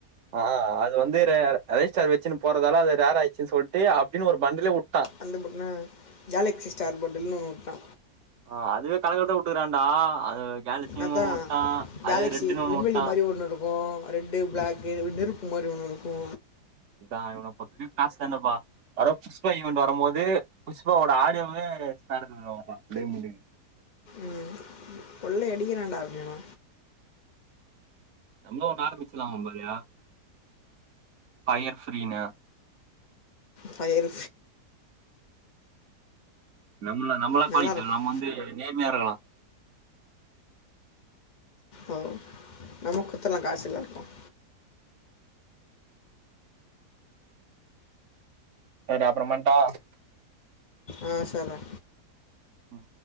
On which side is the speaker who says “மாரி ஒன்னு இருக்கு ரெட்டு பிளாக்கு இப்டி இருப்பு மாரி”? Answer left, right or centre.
Left